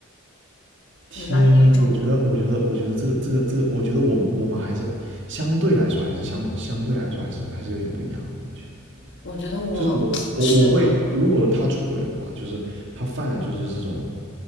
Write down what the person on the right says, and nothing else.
天呐，
我觉得，我觉得，我觉得这个这个这个，我觉得我们我们还是相对来说还是相相对来说还是还是有点不一样的，我觉得，
就是我我我会，如果他出轨的话，就是他犯了就是这种，